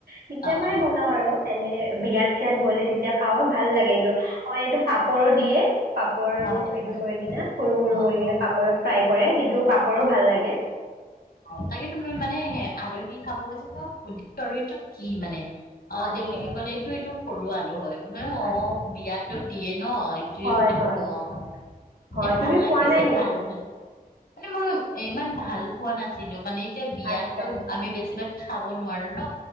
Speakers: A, on the right (about 80°); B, on the left (about 75°).
A: কেতিয়াবাই
B: অ অ
A: বনাও আৰু এনে বিয়াত চয়াত গলে তেতিয়া খাওঁ ভাল লাগে এইটো। হয় এইটো পাপৰো দিয়ে। পাপৰ এইটো
B: হয় হয়
A: কৰে কিনা সৰু। কৰি
B: অ অ
A: কিনে পাপৰে ফ্ৰাই কৰে। সেইটো পাপৰো ভাল লাগে।
B: অঁ তাকে ত মই মানেে। আলহী খাব গৈছো সুধটো কি মানে। অঁ
A: আচ্ছা
B: থওঁ বুলি কি কলে এইটো এইটো <unintelligible> সৰু আলু হয়। ন
A: আচ্ছা
B: অঁ বিয়াতত। দিয়ে। ন এইটোৱে
A: হয়
B: ব
A: হয়
B: কলো অঁ এনে
A: হয়
B: ভাল
A: তুমি
B: লাগিছে
A: খোৱা নাই নেকি?
B: খাল পাই। মানে মই ইমান ভাল পোৱা নাছিল। ছিলিটো মানে। এতিয়া বিয়াতো
A: আচ্ছা
B: আমি বেছিভাগ। খাব নোৱাৰো ন।